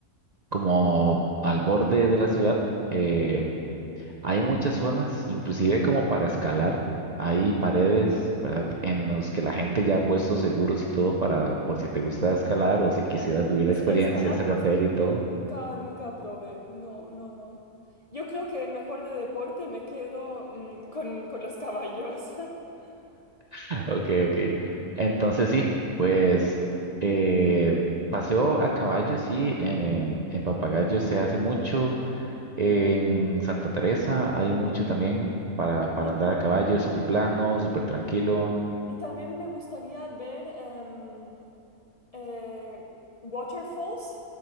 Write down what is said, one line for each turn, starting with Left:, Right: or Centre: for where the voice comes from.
Right: como al borde de la ciudad. eh, hay muchas zonas, inclusive como para escalar, hay paredes, ¿verdad? En los que la gente ya ha puesto seguros
Left: ajá.
Right: y todo para, por si te gusta escalar o si quisieras
Left: Mm,
Right: vivir
Left: Es
Right: la experiencia,
Left: que escalar
Right: hacer
Left: justamente
Right: rappel y todo.
Left: nunca, nunca probé. No, no, no. Yo creo que mejor de deporte me quedo mm, con, con los caballos. <laughs>
Right: <laughs> Ok, ok. Entonces sí, pues eh, paseo a caballo, sí, em, en Papagayo se hace mucho. En Santa Teresa hay mucho también para, para
Left: Y,
Right: andar a caballo, es súper plano, súper tranquilo.
Left: y también me gustaría ver em, eh, waterfalls,